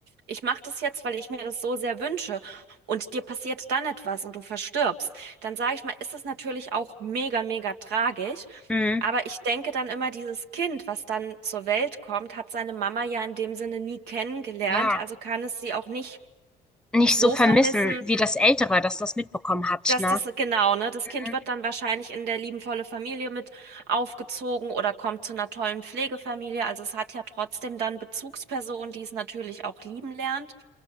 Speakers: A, on the right; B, in the centre.
A: ich mache das jetzt, weil ich mir das so sehr wünsche und dir passiert dann etwas und du verstirbst, dann sage ich mal, ist das natürlich auch mega, mega tragisch.
B: mhm.
A: Aber ich denke dann immer, dieses Kind, was dann zur Welt kommt, hat seine Mama ja in dem Sinne nie kennengelernt,
B: ja,
A: also kann es sie auch nicht
B: nicht
A: so
B: so vermissen
A: vermissen,
B: wie das Ältere, das das mitbekommen hat,
A: dass
B: ne?
A: das, genau, ne, das
B: Mhm.
A: Kind wird dann wahrscheinlich in der liebenvolle Familie mit aufgezogen oder kommt zu einer tollen Pflegefamilie. Also es hat ja trotzdem dann Bezugspersonen, die es natürlich auch lieben lernt.